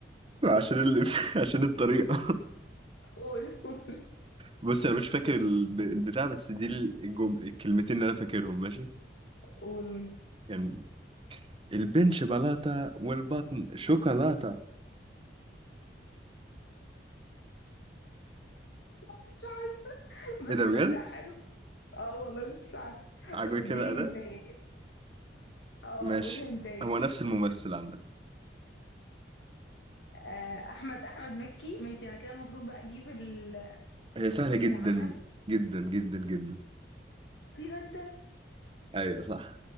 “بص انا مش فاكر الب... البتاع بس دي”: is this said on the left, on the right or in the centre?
Right